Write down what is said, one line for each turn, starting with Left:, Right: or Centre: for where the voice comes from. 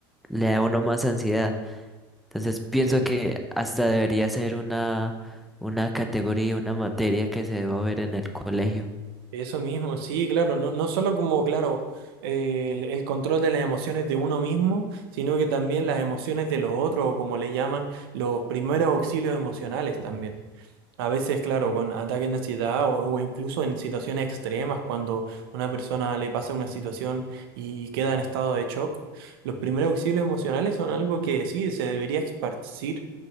Centre: le da a uno más ansiedad. Entonces pienso
Right: sí.
Centre: que hasta debería ser una, una categoría, una materia que se deba ver en el colegio.
Right: Eso mismo, sí, claro, no, no solo como, claro, eh, el, el control de las emociones de uno mismo, sino que también las emociones de los otros, o como le llaman, los primeros auxilios emocionales también. A veces, claro, con ataques de ansiedad o, o incluso en situaciones extremas, cuando una persona le pasa una situación y queda en estado de shock, los primeros auxilios emocionales son algo que sí se debería esparcir